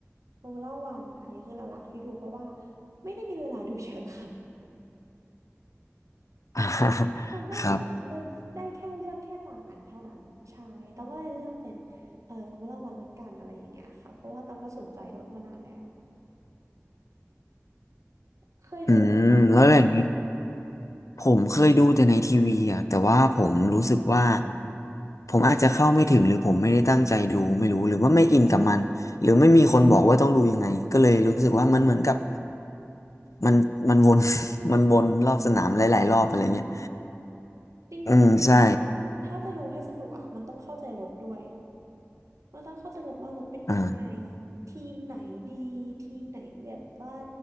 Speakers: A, on the right; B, on the left.
A: ฟอร์มูล่าวันอันนี้คือหลักๆที่ดูเพราะว่าไม่ได้มีเวลาดูเยอะค่ะ
B: อ่า <laughs>
A: ตองก็เลยแบบเลือกได้แค่เลือกแค่บางอันเท่านั้นใช่ตองก็เลยเลือกเป็น
B: ครับ
A: เอ่อฟอร์มูล่าวันละกันอะไรอย่างเงี้ยค่ะเพราะว่าตองก็สนใจรถมานานแล้วเคยดูไหมคะ
B: อืมแล้วอย่างนี้ผมเคยดูแต่ในทีวีอ่ะแต่ว่าผมรู้สึกว่าผมอาจจะเข้าไม่ถึงหรือผมไม่ได้ตั้งใจดูไม่รู้หรือว่าไม่อินกับมันหรือไม่มีคนบอกว่าต้องดูยังไงก็เลยรู้สึกว่ามันเหมือนกับมันมันวน <laughs> มันวนรอบสนามหลายๆรอบอะไรเงี้ย
A: อืมจริงๆแล้วอ่ะถ้าจะดูให้สนุกอ่ะมันต้องเข้าใจรถด้วย
B: อืมใช่
A: มันต้องเข้าใจรถว่ารถเป็นยังไง
B: อ่า
A: ทีมไหนดีทีมไหนแบบว่า